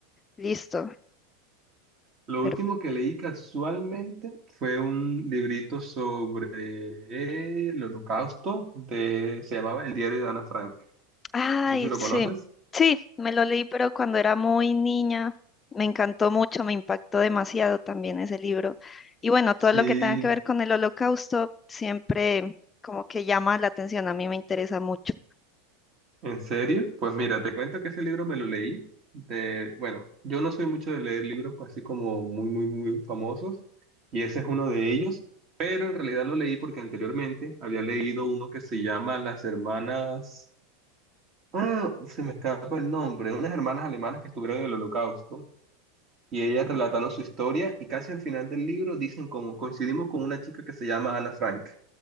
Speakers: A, on the left; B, on the right.
A: Listo.
B: Lo
A: Pero,
B: último que leí casualmente fue un librito sobre el Holocausto de, se llamaba El diario de Ana Frank.
A: ay,
B: No sé si lo
A: sí,
B: conoces.
A: sí, me lo leí, pero cuando era muy niña me encantó mucho, me impactó demasiado también ese libro. Y bueno, todo
B: Sí,
A: lo que tenga que ver con el holocausto siempre como que llama la atención, a mí me interesa mucho.
B: ¿En serio? Pues mira, te cuento que ese libro me lo leí de, bueno, yo no soy mucho de leer libros así como muy, muy, muy famosos, y ese es uno de ellos, pero en realidad lo leí porque anteriormente había leído uno que se llama Las hermanas, ah, se me escapa el nombre, unas hermanas alemanas que estuvieron en el Holocausto, y ellas relataron su historia, y casi al final del libro dicen como coincidimos con una chica que se llama Ana Frank.